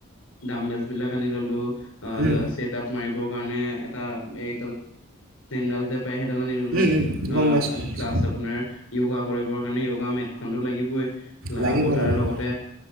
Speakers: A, on the left (about 85°); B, on the right (about 80°).
A: দাম বেলচবিলাক আনি ললোঁ, অ',
B: উম।
A: ছেট আপ মাৰিবৰ কাৰণে এটা, এই যে পায় সেইডাল আনি ল'লো,
B: উম, উম,
A: আ,
B: গম পাইছোঁ, গম পাইছোঁ,
A: প্লাছ আপোনাৰ য়গা কৰিবৰ কাৰণে য়োগা মেট খনটো লাগিবই,
B: লাগিব,
A: আকৌ তাৰ
B: লাগিব,
A: লগতে,